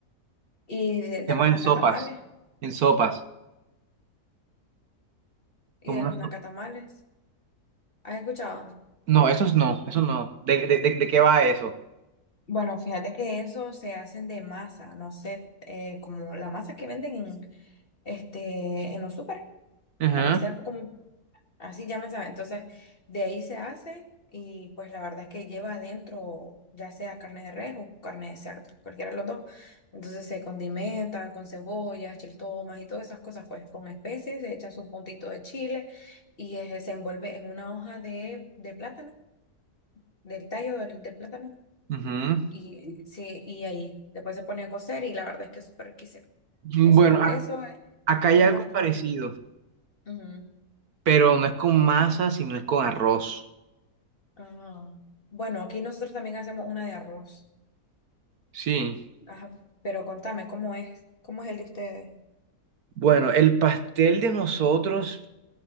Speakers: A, on the left; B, on the right.
A: y de, de
B: Hacemos
A: los
B: en
A: nacatamales,
B: sopas, en sopas,
A: y
B: como
A: de
B: una
A: los nacatamales,
B: sopa.
A: ¿has escuchado?
B: No, esos no, esos no. ¿De, de, de- de qué va eso?
A: Bueno, fíjate que eso se hacen de masa, no sé, eh, como la masa que venden en, este, en los súper,
B: Ajá,
A: para hacer como Así ya me sabe. Entonces, de ahí se hace y pues la verdad es que lleva adentro ya sea carne de res o carne de cerdo, cualquiera de los dos. Entonces se condimenta con cebollas, chiltomas y todas esas cosas, pues con especies, se echa su puntito de chile y eh, se envuelve en una hoja de, de plátano, del tallo del, del plátano.
B: ujú.
A: Y, sí, y ahí después se pone a cocer y la verdad es que es súper riquísimo.
B: Bueno,
A: Eso,
B: a-
A: eso es,
B: acá hay
A: es
B: algo
A: más como
B: parecido,
A: de aquí. Ujú.
B: pero no es con masa, sino es con arroz.
A: Ah. Bueno, aquí nosotros también hacemos una de arroz.
B: Sí.
A: Ajá, pero contame, ¿cómo es? ¿Cómo es el de ustedes?
B: Bueno, el pastel de nosotros